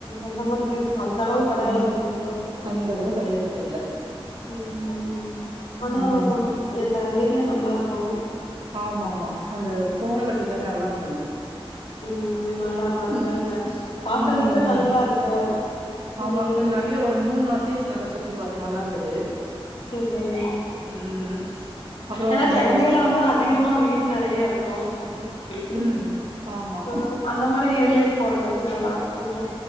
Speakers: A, on the left (about 80°); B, on the right (about 70°).
A: அந்த மாரி ஃப்லேஸ் அந்த அளவுக்கு கடையாள
B: அந்
A: தெரியாத அளவுக் ம்
B: அந்த அளவுக்கு அடையாளோ தெர்ல
A: உண்மையாலயே ஆனா
B: ம்
A: <inaudible> எங்க ஏரியா நல்லாருக்கு
B: ஆமா ஆமா அந்த போற வழிய எல்லா நல்லா இருந்தது
A: உ நல்லா மரங்கள்
B: ம்
A: ன பாக்குறதுக்கு
B: ம்
A: நல்லா இருக்கு
B: ஆமா
A: ம்
B: கொஞ்ச நெறைய ஒரு மூணு நாள் ஃப்ளேஸ் நல்லா சுத்தி பாத்தோ நல்லா இருந்தது
A: சேரி சேரி
B: ம் அப்றோ
A: ஏன்னா
B: அந்த
A: சென்னையில வந்து அதிகமா வீடுன நெறைய இருக்கு உ உ
B: ம் ஆமா
A: அ அந்த மாரி ஏரியாஸ் போட்டங்காட்டி நல்லாயிருக்கு கொஞ்சோ